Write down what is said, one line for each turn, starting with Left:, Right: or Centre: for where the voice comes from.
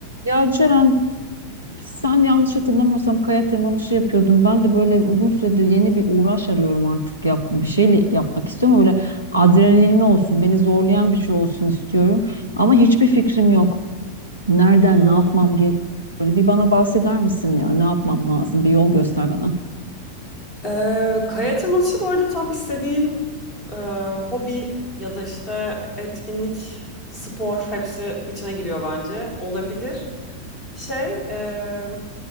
Right: Ya Ceren sen yanlış hatırlamıyorsam kaya tırmanışı yapıyordun. Ben de böyle uzun süredir yeni bir uğraş arıyorum artık. Yap, bir şeyle yapmak istiyorum. Böyle adrenalinli olsun, beni zorlayan bir şey olsun istiyorum. Ama hiçbir fikrim yok. Nereden,
Left: Hmm.
Right: ne yapmam gerek? Böyle bir bana bahseder misin ya? Ne yapmam lazım? Bir yol göster bana.
Left: Ee, kaya tırmanışı bu arada tam istediğin e, hobi ya da işte etkinlik, spor hepsi içine giriyor bence. Olabilir. Şey, e,